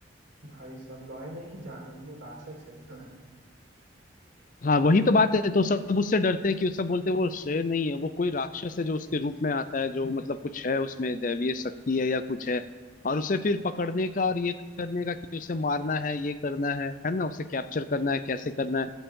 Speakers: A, on the right (about 70°); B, on the left (about 40°).
A: भाई साहब लॉयन है कि जानवर मतलब राक्षस है साला
B: हाँ वही तो बात है तो सब उससे डरते हैं कि वो सब बोलते हैं वो शेर नहीं है वो कोई राक्षस है जो उसके रूप में आता है जो मतलब कुछ है उसमें दैवीय शक्ति है या कुछ है और उसे फिर पकड़ने का और ये करने का कि उसे मारना है ये करना है है ना उसे कैप्चर करना है कैसे करना है